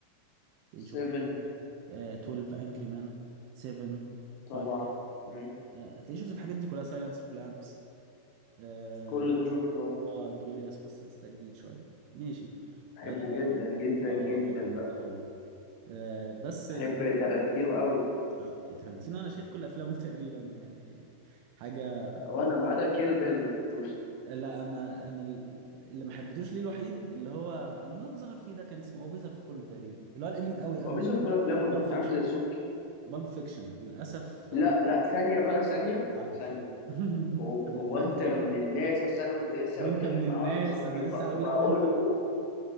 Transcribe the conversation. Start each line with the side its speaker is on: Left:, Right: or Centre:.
Right: هتلاقيني
Left: 7
Right: شفت إيه؟ آه، 12 انجري مان 7
Left: طبعا
Right: 5
Left: مم.
Right: هتلاقيني شفت الحاجات دي كلها سايلنس اوف لامبس اه
Left: كل ده شفته
Right: انجريدياس بس بس ده جديد شويه ماشي
Left: بحبه
Right: اه
Left: جدا جدا
Right: آه،
Left: جدا
Right: طبعا
Left: بقى
Right: طبعا آه، بس
Left: بحب
Right: الف...
Left: تارانتينو قوي
Right: آه، ترنتينو انا شايف كل افلامه <laughs> تقريبا يعني حاجه
Left: وانا ما عدا كيل بيل ما شفتوش
Right: لا انا انا ال- اللي ما حبيتوش ليه الوحيد اللي هو اللي هو ظهر فيه ده كان اسمه هو بيظهر في كله تقريبا اللي هو القديم قوي قوي
Left: هو بيظهر في كل افلامه يا
Right: بالب
Left: عم
Right: فيكشن
Left: عامل زي السبكي
Right: بالب فيكشن للاسف
Left: لا
Right: آه
Left: لا ثانيه بقى ثانيه
Right: هنتخانق
Left: ثانيه
Right: <laughs>
Left: هو
Right: أنت من
Left: هو
Right: فان
Left: انت
Right: Pulp-
Left: من
Right: Fiction.
Left: الناس اصل انا كنت
Right: <laughs>
Left: لسه
Right: وانت
Left: بتكلم
Right: من
Left: مع
Right: الناس
Left: واحد صاحبي
Right: انا لسه
Left: ب...
Right: هقول
Left: بقول
Right: لك وانت
Left: له